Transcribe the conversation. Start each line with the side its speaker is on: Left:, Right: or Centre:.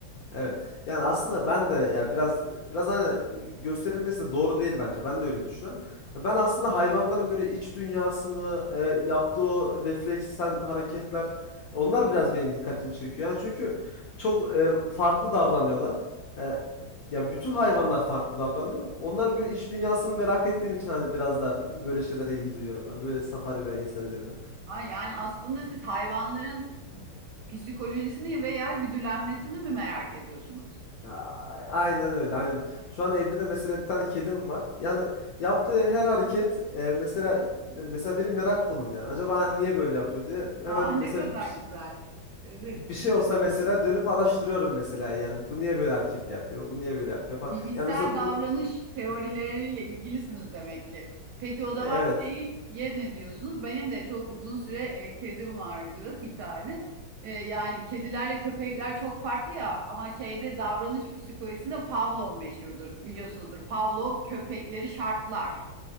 Left: Evet. Yani aslında ben de ya biraz biraz hani gösterilmesi de doğru değil bence. Ben de öyle düşünüyorum. Ben aslında hayvanların böyle iç dünyasını, e, yaptığı o refleksen hareketler onlar biraz benim dikkatimi çekiyor. Yani çünkü çok e, farklı davranıyorlar. E, ya bütün hayvanlar farklı davranıyor. Onların böyle iç dünyasını merak ettiğim için hani biraz da böyle şeylere ilgi duyuyorum ben. Böyle safari belgesellerine.
Right: Ha, yani aslında siz hayvanların psikolojisini veya güdülenmesini mi merak ediyorsunuz?
Left: ay, Aynen öyle, aynen öyle. Şu an evde de mesela bir tane kedim var. Yani yaptığı her hareket e, mesela mesela benim merak konum yani. Acaba hani niye böyle yapıyor diye. Hemen
Right: Ah
Left: mesela
Right: ne kadar
Left: bir, şey
Right: güzel. Evet.
Left: bir şey olsa mesela dönüp araştırıyorum mesela yani. Bu niye böyle hareket yapıyor? Bu niye böyle yapıyor falan.
Right: Bilişsel
Left: Ya mesela ku-
Right: davranış teorileriyle ilgilisiniz demek ki. Peki o zaman
Left: evet.
Right: şeyi ye ne diyorsunuz? Benim de çok uzun süre e, kedim vardı bir tane. E, yani kedilerle köpekler çok farklı ya ama şeyde davranış psikolojisinde Pavlov meşhurdur biliyorsunuzdur. Pavlov köpekleri şartlar.